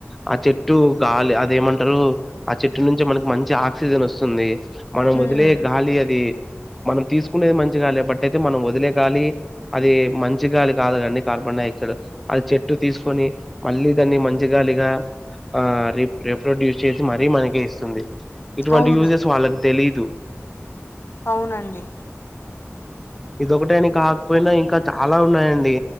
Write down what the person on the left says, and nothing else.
ఉమ్
అవును
అవునండి